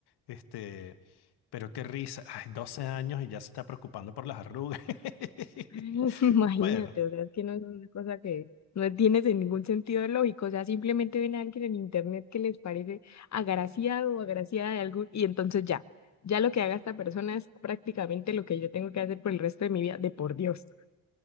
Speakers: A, on the left; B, on the left.
A: este, pero qué risa, ay, 12 años y ya se está preocupando por las arrugas. <laughs>
B: <laughs> Imagínate,
A: Bueno.
B: o sea, es que no es una cosa que no tiene de ningún sentido lógico, o sea, simplemente ven a alguien en internet que les parece agraciado o agraciada de algo y entonces ya, ya lo que haga esta persona es prácticamente lo que yo tengo que hacer por el resto de mi vida, de por Dios.